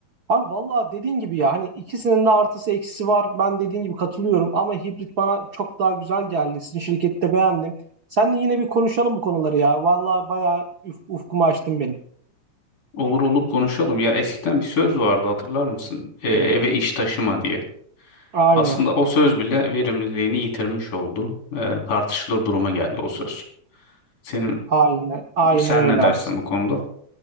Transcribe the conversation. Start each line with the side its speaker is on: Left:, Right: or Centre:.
Right: Abi vallahi dediğin gibi ya hani ikisinin de artısı eksisi var. Ben dediğin gibi katılıyorum ama hibrit bana çok daha güzel geldi. Sizin şirkette beğendim. Seninle yine bir konuşalım bu konuları ya. Vallahi bayağı üf- ufkumu açtın benim.
Left: Olur olur konuşalım. Ya eskiden bir söz vardı hatırlar mısın? Ee, eve iş taşıma diye.
Right: Aynen.
Left: Aslında o söz bile verimliliğini yitirmiş oldu. Ee, tartışılır duruma geldi o söz. Senin
Right: Aynen. Aynen
Left: sen
Right: öyle
Left: ne dersin
Right: abi.
Left: bu konuda?